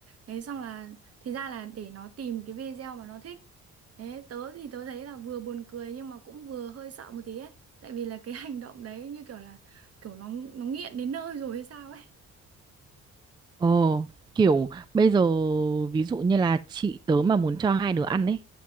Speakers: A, on the right (about 50°); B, on the right (about 15°).
A: Thế xong là thì ra là để nó tìm cái video mà nó thích. Thế tớ thì tớ thấy là vừa buồn cười nhưng mà cũng vừa hơi sợ một tí ấy. Tại vì là cái <laughs> hành động đấy như kiểu là kiểu nó nó nghiện đến nơi rồi hay sao ấy.
B: Ồ, kiểu bây giờ ví dụ như là chị tớ mà muốn cho hai đứa ăn ấy